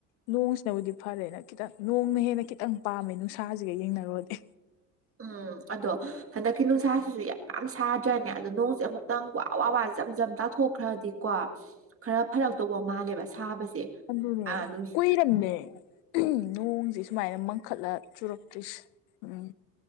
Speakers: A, on the left (about 70°); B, on the right (about 30°).
A: ꯅꯣꯡꯁꯤꯅꯕꯨꯗꯤ ꯐꯔꯦꯅ ꯈꯤꯇꯪ ꯅꯣꯡꯅ ꯍꯦꯟꯅ ꯈꯤꯇꯪ ꯄꯥꯝꯃꯦ ꯅꯨꯡꯁꯥꯁꯤꯒ ꯌꯦꯡꯅꯔꯨꯔꯗꯤ
B: ꯎꯝ ꯑꯗꯣ ꯍꯟꯗꯛꯀꯤ ꯅꯨꯡꯁꯥꯁꯤꯁꯨ ꯌꯥꯝ ꯁꯥꯗ꯭ꯔꯅꯦ ꯑꯗꯣ ꯅꯣꯡꯁꯦ ꯑꯃꯨꯛꯇꯪ ꯋꯥ ꯋꯥ ꯋꯥ ꯖꯝꯖꯝ ꯇꯥꯊꯣꯛ ꯊꯣꯛꯈ꯭ꯔꯗꯤꯀꯣ ꯈꯔ ꯐꯔꯛꯇꯧꯕ ꯃꯥꯜꯂꯦꯕ ꯁꯥꯕꯁꯦ
A: ꯑꯗꯨꯅꯦ
B: ꯑꯥ ꯅꯨꯡ
A: ꯀꯨꯏ <unintelligible> ꯅꯣꯡꯁꯦ ꯁꯨꯃꯥꯏꯅ ꯃꯪꯈꯠꯂ ꯆꯨꯔꯛꯇ꯭ꯔꯤꯁꯤ ꯎꯝ